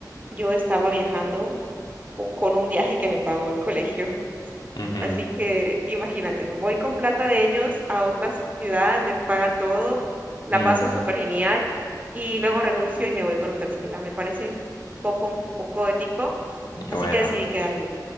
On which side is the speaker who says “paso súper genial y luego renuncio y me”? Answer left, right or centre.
Right